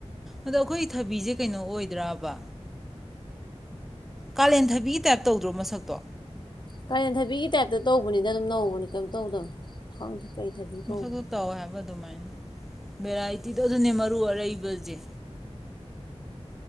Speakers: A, in the centre; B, on the left.
A: ꯑꯗꯣ ꯑꯩꯈꯣꯏꯒꯤ ꯊꯕꯤꯁꯦ ꯀꯩꯅꯣ ꯑꯣꯏꯗ꯭ꯔꯕ ꯀꯥꯂꯦꯟ ꯊꯕꯤꯒꯤ ꯇꯥꯏꯞ ꯇꯧꯗ꯭ꯔꯣ ꯃꯁꯛꯇꯣ
B: ꯀꯥꯂꯦꯟ ꯊꯕꯤꯒꯤ ꯇꯥꯏꯞꯇ ꯇꯧꯕꯅꯤꯅ ꯑꯗꯨꯝ ꯅꯧꯕꯅꯦ ꯀꯩꯝ ꯇꯧꯗꯕꯅ ꯈꯪꯗꯦ ꯀꯩ ꯊꯕꯤ
A: ꯃꯁꯛꯇꯣ
B: ꯀꯧꯕꯅꯣ
A: ꯇꯧꯋꯦ ꯍꯥꯏꯕ ꯑꯗꯨꯃꯥꯏꯅ ꯚꯦꯔꯥꯏꯇꯤꯗ ꯑꯗꯨꯅꯦ ꯃꯔꯨ ꯑꯔꯩꯕꯁꯦ